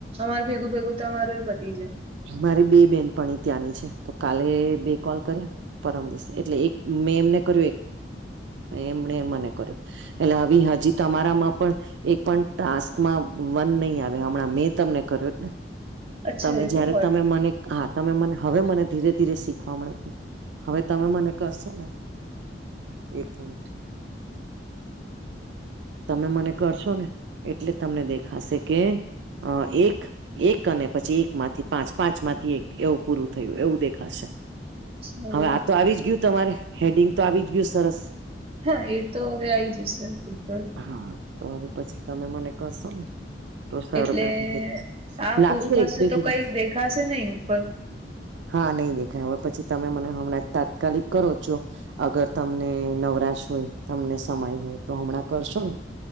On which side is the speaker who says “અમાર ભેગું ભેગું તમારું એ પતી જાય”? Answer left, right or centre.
Right